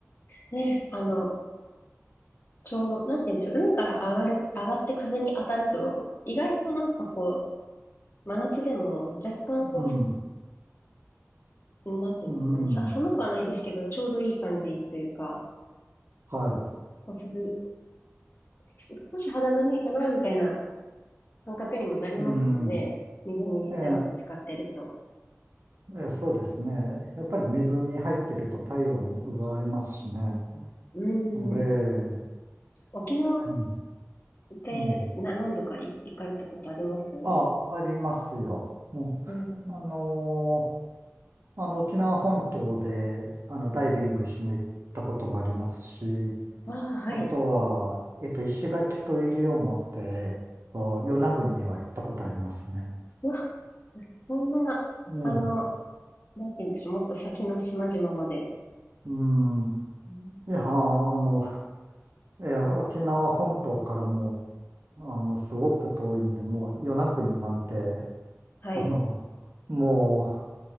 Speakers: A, on the left (about 45°); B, on the right (about 55°).
A: ね、あの、ちょう、なんて言うんでしょう、海から上がる、上がって風に当たると、意外となんかこう、真夏でも若干こ
B: うん。
A: う、なんていうんですかね、
B: うん。
A: さ、寒くはないですけど、ちょうどいい感じというか、
B: はい。
A: こう、涼、す少し肌寒いかな、みたいな感覚にもなりますもんね。
B: うん。
A: 水に長く使ってると。
B: ええ、ええ、そうですね。やっぱり水に入ってると体温奪われますしね。
A: うん。
B: ええ、
A: うん沖縄っ
B: うん。
A: てな、
B: うん
A: 何度かい行かれたことあります
B: あ、ありますよ。も
A: うん。
B: う、あのーあの、沖縄本島で、あの、ダイビングしに行ったこともありますし、
A: ああ、はい。
B: あとは、えっと、石垣と西表、えっと与那国には行ったことありますね。
A: うわ、そんな、
B: うん。
A: あの、なんて言うんでしょう、もっと先の島々まで、
B: うん。
A: うん
B: いや、あの、いや、沖縄本島からも、あの、すごく遠いんで、もう、与那国なんて、
A: はい、
B: あの、も